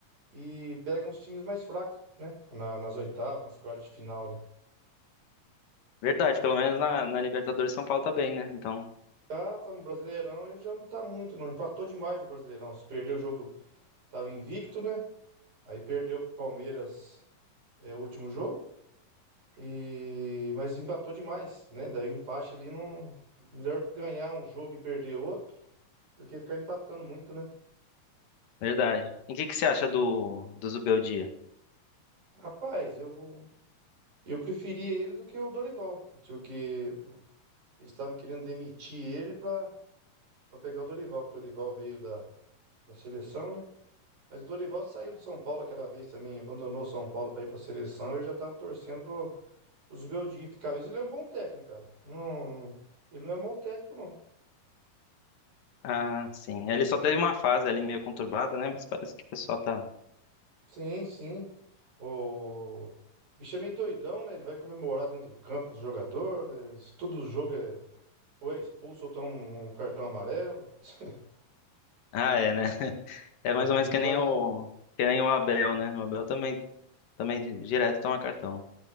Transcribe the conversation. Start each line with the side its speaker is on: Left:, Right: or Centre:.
Right: e pega uns times mais fracos, né? Na- nas oitavas, nas quartas de final ali.
Left: verdade, pelo menos na, na Libertadores São Paulo tá bem, né? Então,
Right: Já tá no Brasileirão, ele já não tá muito, não. Empatou demais no Brasileirão. Se perdeu o jogo, tava invicto, né? Aí perdeu pro Palmeiras, é, o último jogo. E... Mas empatou demais, né? Daí o empate ali não. Melhor ganhar um jogo e perder outro do que ficar empatando muito, né?
Left: verdade. E o que que você acha do, do Zubeldia?
Right: Rapaz, eu. Eu preferia ele do que o Dorival, porque eles estavam querendo demitir ele pra, pra pegar o Dorival, que o Dorival veio da, da seleção, né? Mas o Dorival saiu do São Paulo aquela vez também, abandonou o São Paulo para ir para a seleção. Eu já tava torcendo pro, pro Beldia ficar mesmo. Ele é um bom técnico, cara. Não, ele não é um mau técnico, não.
Left: Ah, sim. Ele só teve uma fase ali meio conturbada, né? Mas parece que o pessoal tá.
Right: Sim, sim. O bicho é meio doidão, né? Ele vai comemorar dentro do campo os jogadores. Todo jogo é ou é expulso ou toma um um cartão amarelo. <laughs>
Left: Ah, é, né? <laughs> É
Right: Ele
Left: mais ou
Right: é
Left: menos
Right: meio
Left: que
Right: variadão.
Left: nem o, que nem o Abel, né? O Abel também, também direto toma cartão.